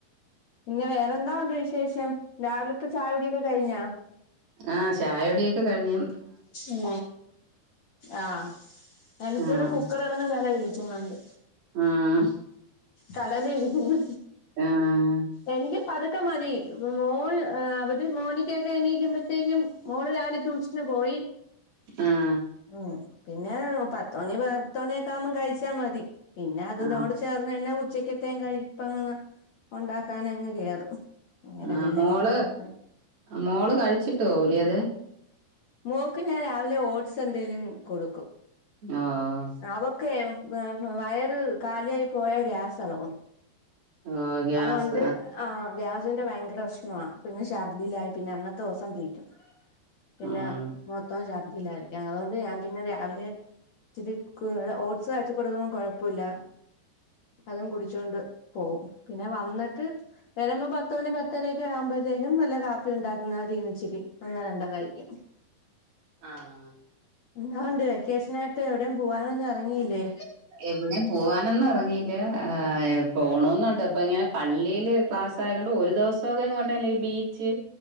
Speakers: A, on the left; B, on the right.
A: ഇന്ന വേറെന്താ ഉണ്ട് വിശേഷം രാവിലത്തെ ചായകുടിക്കെ കഴിഞ്ഞാ
B: ആഹ് ചായ കുടിയൊക്കെ കഴിഞ്ഞു
A: ഉം ആഹ് എനിക്കിവിടെ
B: ആഹ്
A: കുക്കറ് <unintelligible> വിളിച്ചുന്നുണ്ട്
B: ആഹ്
A: കടല ഇരിക്കുന്നു
B: ആഹ്
A: എനിക്ക് പതുക്കെ മതി മോന് ഏഹ് അവര് മോനിക്കൊക്കെ എണീയിക്കുമ്പോത്തേക്കും മോള് രാവിലെ ട്ടൂഷന് പോയി
B: ആഹ്
A: ഉം പിന്നെ പത്ത് മണി പത്ത് മണിയക്കെ ആവുമ്പോം കഴിച്ചാ മതി പിന്നെ അത്നോട്
B: ആഹ്
A: ചേ ർന്നെന്നാ ഉച്ചക്കത്ത കഴിപ്പങ്ങ ഉണ്ടാക്കാൻ അങ്ങ് കേറും അന്നേരം
B: ആഹ്
A: പിന്നെ
B: മോള്
A: അങ്ങ് കൊഴപ്പമില്ല
B: മോള് കഴിച്ചിട്ട് പോഉല അത്
A: മോക്ക് ഞാൻ രാവിലെ ഓട്സ് എന്തേലും കൊടുക്കും
B: ആഹ്
A: അവൊക്കെ വയറ് കാലിയായി പോയ ഗ്യാസളകും
B: ഓഹ് ഗ്യാസ്
A: അതൊണ്ട് ആഹ് ഗ്യാസിന്റെ ഭയങ്കരഷ്ണമാ പിന്നെ ഛർദ്ദിലായി പിന്നെ അന്നത്തോസം തീരും പിന്നെ
B: ആഹ്
A: മൊത്തം ഛർദ്ദില്ലായിരിക്കാം അതുകൊണ്ട് ഞാൻ പിന്നെ രാവിലെ ചിരി ക്ക്‌ ഓട്സ് കാച്ചി കൊടുക്കുമ്പോം കുഴപ്പ ഇല്ല അതും കുടിച്ചോണ്ട് പോവും പിന്നെ വന്നിട്ട് വരുമ്പോ പത്തുമണി പത്തരൊക്കെ ആവുമ്പഴ്ത്തേക്കും വല്ല കാപ്പി ഉണ്ടാക്കുന്ന അതീന്ന് ഇച്ചിരി ഒന്നാ രണ്ടാ കഴിക്കും.
B: ആഹ.
A: എന്താണ്ട് വെക്കേഷനായിട്ട് എവിടെയും പോവാനൊന്നും എറങ്ങിയില്ലേ.
B: എവിടെയും പോവാനൊന്നും എറങ്ങീല്ല പോണോന്നുണ്ട് അപ്പൊ ഇങ്ങനെ പള്ളിയില്. ക്ലാസ് ആയതൊണ്ട് ഒരു ദെവസോക്കെ എങ്ങോട്ടെല്ലേ ഈ ബീച്ച്.